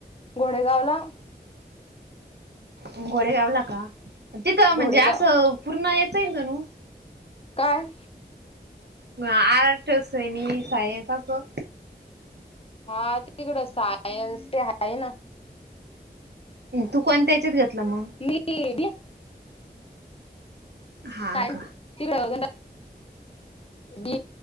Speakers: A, on the left; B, on the right.
A: घोडेगावला
B: घोडे गावला का तिथं म्हणजे
A: घोडेगाव
B: असं पुूर्ण येत आहेल त नू
A: काय
B: आर्टस म सायन्स अस असं
A: हा तिकडं सायन्स ते आहे ना
B: तू कोणत्याच्यात घेतलं मग
A: मी बी
B: हा
A: सायन्स
B: का
A: तिकडे बी